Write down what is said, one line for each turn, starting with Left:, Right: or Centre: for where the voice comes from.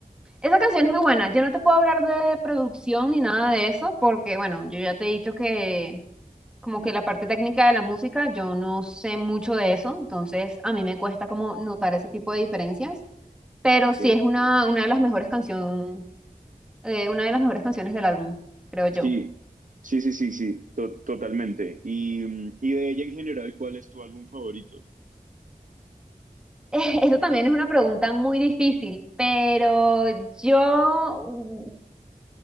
Centre: Esa canción es muy buena. Yo no te puedo hablar de producción ni nada de eso porque, bueno, yo ya te he dicho que como
Right: Ujú,
Centre: que la parte técnica de la música, yo no sé mucho de eso, entonces a mí me cuesta como notar ese tipo de diferencias, pero
Right: ok.
Centre: sí es una, una de las mejores canciones, una de las mejores canciones del álbum, creo yo.
Right: Sí, sí, sí, sí, sí, to- totalmente. Y, mm, y de ella en general, ¿cuál es tu álbum favorito?
Centre: <laughs> Eso también es una pregunta muy difícil, pero yo uh,